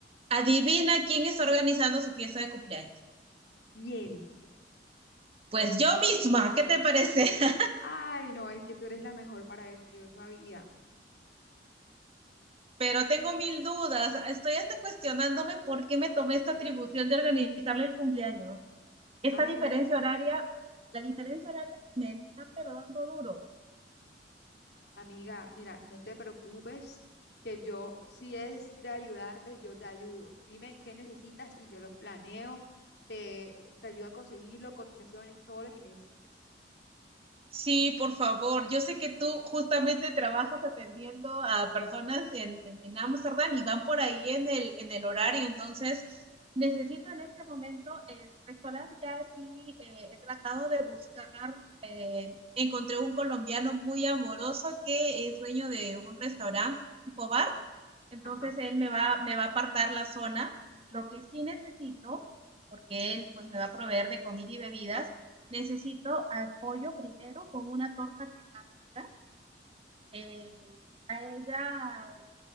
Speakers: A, on the right (about 35°); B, on the left (about 65°).
A: adivina quién está organizando su fiesta de cumpleaños.
B: Bien.
A: Pues yo misma, ¿qué te parece? <laughs>
B: Ay, no, es que tú eres la mejor para eso, yo sabía.
A: Pero tengo mil dudas. Estoy hasta cuestionándome por qué me tomé esta atribución de organizarle el cumpleaños. Esta
B: Ay,
A: diferencia
B: no.
A: horaria, la diferencia horaria me está pero dando duro.
B: Amiga, mira, no te preocupes, que yo, si es de ayudarte, yo te ayudo. Dime qué necesitas y yo lo planeo. Te, te ayudo a conseguirlo, cotizaciones, todo lo que necesites.
A: Sí, por favor. Yo sé que tú justamente trabajas atendiendo a personas en, en, en Amsterdam y van por ahí en el, en el horario. Entonces, necesito en este momento el restaurante. Ya sí eh, he tratado de buscar. eh, encontré un colombiano muy amoroso que es dueño de un restaurante tipo bar Entonces
B: Ajá.
A: él me va, me va a apartar la zona. Lo que sí necesito, porque él pues me va a proveer de comida y bebidas, necesito apoyo primero con una torta temática eh, a ella le